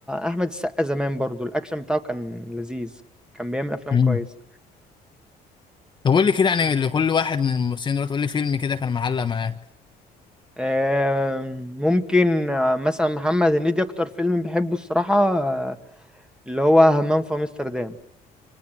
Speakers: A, in the centre; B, on the left.
A: احمد السقا زمان برضه الاكشن بتاعه كان لذيذ كان بيعمل افلام
B: امم
A: كويسه
B: طب قول لي كده يعني لكل واحد من الممثلين دول قول لي فيلم كده كان معلق معاك
A: آم، ممكن آه، مثلا محمد هنيدي اكتر فيلم بحبه الصراحة آه، اللي هو همام في امستردام